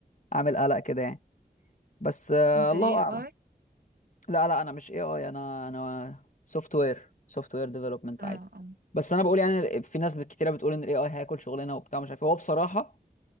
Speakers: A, on the left; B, on the right.
A: عامل قلق كده يعني بس آه،
B: انت
A: الله
B: اي
A: اعلم
B: اي
A: لا لا انا مش اي اي انا انا سوفت وير سوفت وير ديفلوبمنت
B: اه
A: عادي
B: اه
A: بس انا بقول يعني في ناس كتيره بتقول ان الاي اي هياكل شغلنا وبتاع مش عارف إيه. هو بصراحه